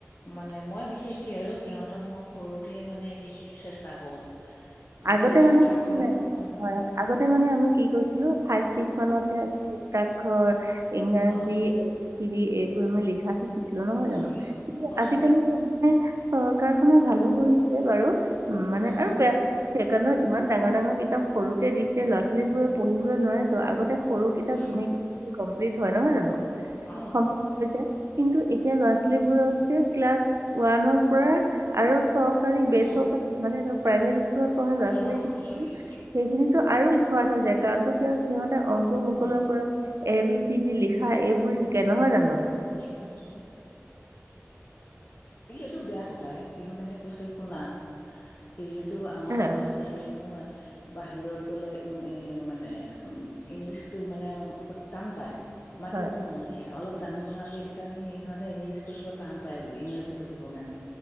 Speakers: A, on the left; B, on the right.
A: মানে মই বিশেষে আৰু সিহঁতক মই সৰুতেই মানে সেই চেষ্টা কৰোঁ। যাতে
B: আগতে
A: যুক্তাক্ষৰ
B: মানে কিনে হয়
A: অ
B: হয় আগতে মানে আমি কি কৰিছিলো। ফাইভ, ছিক্স মানতহে স্বাক্ষৰ ইংৰাজী
A: অ
B: এ বি চি ডি এইবোৰ আমি লিখা শিকি কিছিলো নহয় জানো
A: অ অ
B: কিন্তু
A: অ
B: আজিকালি
A: তো
B: মানে চৰকাৰখনে ভালো কৰিছে বাৰু উম, মানে
A: অ
B: আৰু বেয়া সেইকাৰণেও ইমান ডাঙৰ ডাঙৰ কিতাপ সৰুতে দিছে ল'ৰা-ছোৱালীবোৰে পঢ়িবলৈ নোৱাৰে ত আগতে সৰু কিতাপ
A: অ
B: ধুনীয়াকে কমপ্লিট হয় নহয় জানো
A: অ
B: সম্ভৱ পৰ্যায় কিন্তু এতিয়া ল'ৰা-ছোৱালীবোৰক যে ক্লাছ ওৱানৰ পৰা আৰু চৰকাৰী বেচৰকাৰী
A: অ
B: মানে ধৰক প্ৰাইভেট স্কুলত পঢ়া ল'ৰা ছোৱালী
A: অ
B: খিনিকো
A: কৈ যোৱা
B: সেইখিনিতো আৰু স্মাৰ্ট হৈ যায় কাৰণটো কিয় সিহঁতেৰ অংকুৰ মুকলৰ
A: অ
B: পৰা এবি চি ডি লিখা এইবোৰ শিকে নহয় জানো।
A: উম, কিন্তু এইটো বেয়া লগাই কিৃহকনে কৈছো শুনা যিহেতু টো আমাৰ
B: এ
A: ল'ৰা ছোৱালী নহয় বাহিৰত গ'লে এ মানে ইংলিচটো মানে টান পায় মাতিব
B: হয়
A: নোৱাৰে অলপ ডাঙৰ হোৱা গৈ পিছত সি সিহঁতে ইংলিছ পঢ়িব টান পায়গৈ ইংৰাজী পঢ়িবৰ কাৰণে।